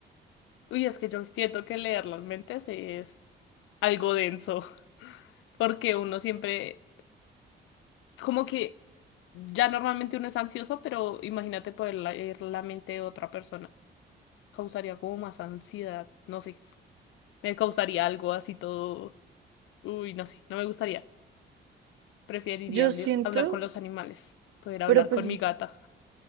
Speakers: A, on the left; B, on the right.
A: Uy, es que yo siento que leer las mentes es algo denso, <laughs> porque uno siempre, como que ya normalmente uno es ansioso, pero imagínate poder leer la mente de otra persona. Causaría como más ansiedad, no sé, me causaría algo así todo, uy, no sé, no me gustaría. Preferiría
B: Yo
A: habli-
B: siento,
A: hablar con los animales, poder hablar
B: pero pues,
A: con mi gata.